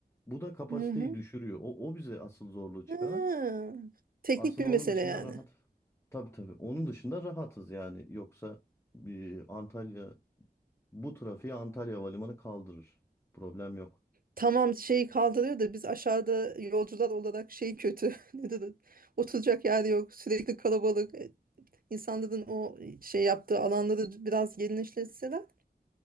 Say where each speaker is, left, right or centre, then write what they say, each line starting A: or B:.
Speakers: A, on the left; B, on the right.
A: Bu da kapasiteyi
B: Hı hı.
A: düşürüyor. O, o bize asıl zorluğu çıkaran.
B: Ha, Teknik
A: Aslında
B: bir mesele
A: onun dışında
B: yani.
A: rahat. Tabii tabii. Onun dışında rahatız yani. Yoksa bir Antalya bu trafiği Antalya Havalimanı kaldırır. Problem yok.
B: Tamam şeyi kaldırıyor da biz aşağıda yolcular olarak şey kötü. <laughs> Nedir? o? Oturacak yer yok. Sürekli kalabalık. E, İnsanların o şey yaptığı alanları biraz genişletseler. <laughs>